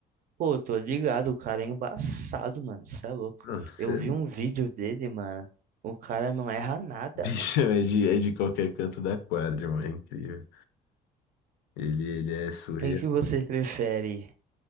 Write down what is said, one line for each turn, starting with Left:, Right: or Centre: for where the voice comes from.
Right: Pô, tô ligado, o cara é embaçado, mano. Cê é louco.
Left: Nossa,
Right: Eu vi um vídeo dele, mano. O cara não erra nada,
Left: Bicho
Right: mano.
Left: é de, é de qualquer canto da quadra, mano. É incrível. Ele, ele é surreal.
Right: Quem que você prefere?